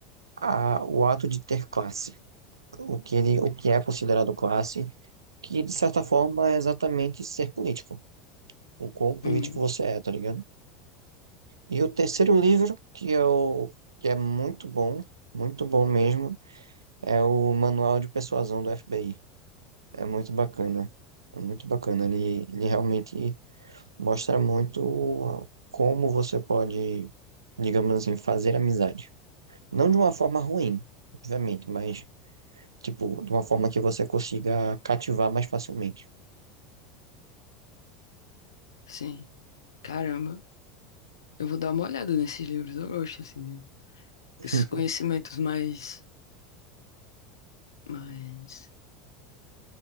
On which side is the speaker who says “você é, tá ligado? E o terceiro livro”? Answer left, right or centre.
Right